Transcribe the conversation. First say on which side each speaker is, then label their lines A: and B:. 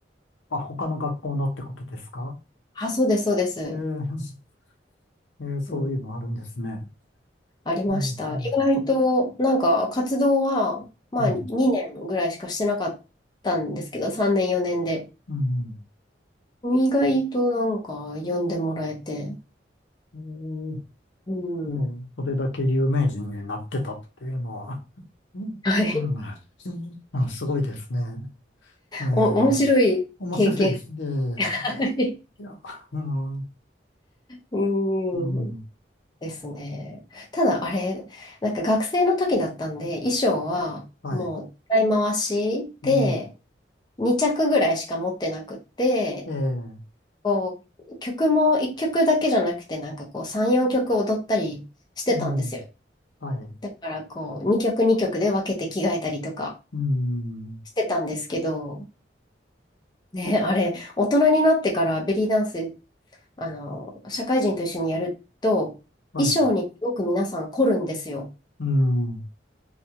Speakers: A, on the left (about 90°); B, on the left (about 25°).
A: あ、他の学校のってことですか
B: あ、そうです、そうです。
A: ええ、ええ、そういうのあるんですね。
B: うんありました。
A: そうそう。
B: 意外と、なんか活動は、まあ2年ぐらいしかしてなかったんですけど、
A: うん。
B: 3年4年で。
A: うん。
B: 意外となんか呼んでもらえて、
A: おー
B: うん。
A: おーそれだけ有名人になってたっていうのは、うんなんか、
B: はい。
A: うんあ、すごいですね。えー、
B: お、面白い経験。
A: 面白いですね。
B: はい。
A: いや、うん、う
B: うん。
A: ん、
B: ですね。ただあれ、なんか学生の時だったんで、衣装はもう使い回しで、
A: はい、うん、
B: 2着ぐらいしか持ってなくって、
A: ええ
B: こう、曲も1曲だけじゃなくて、なんかこう、3、4曲踊ったりしてたんですよ。
A: うん、はい、
B: だからこう、2曲2曲で分けて着替えたりとか
A: うん、
B: してたんですけど、ね、あれ、大人になってからベリーダンス、あの、社会人と一緒にやると、
A: はい、
B: 衣装にすごく皆さん凝るんですよ。
A: うん、